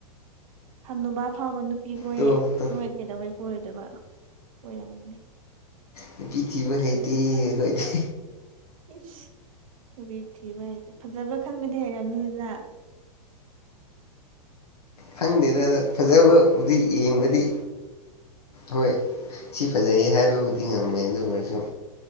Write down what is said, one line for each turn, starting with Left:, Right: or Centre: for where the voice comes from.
Right: ꯍꯥꯅꯨꯨꯕꯥ ꯐꯥꯎꯕ ꯅꯨꯄꯤ ꯀꯣꯏꯌꯦ
Left: ꯇꯣ ꯇꯣ
Right: ꯅꯣꯏ ꯀꯩꯗꯧꯕꯩ ꯀꯣꯏꯔꯣꯏꯗꯣꯏꯕ ꯀꯣꯏꯔꯝꯒꯅꯤ
Left: ꯅꯨꯄꯤꯊꯤꯕꯤ ꯍꯩꯇꯦ ꯑꯩꯈꯣꯏꯗꯤ
Right: ꯏꯁ ꯅꯨꯄꯤ ꯊꯤꯕ ꯍꯥꯏꯇꯦ ꯐꯖꯕ ꯈꯟꯕꯗꯤ ꯍꯩꯔꯝꯒꯑꯅꯤꯗꯅ
Left: ꯈꯪꯗꯦꯗ ꯐꯖꯕꯕꯨꯗꯤ ꯌꯦꯡꯕꯗꯤ ꯍꯣꯏ ꯁꯤ ꯐꯖꯩ ꯍꯥꯏꯕꯕꯨꯗꯤ ꯉꯝꯃꯦ ꯑꯗꯨ ꯑꯣꯏꯔꯁꯨ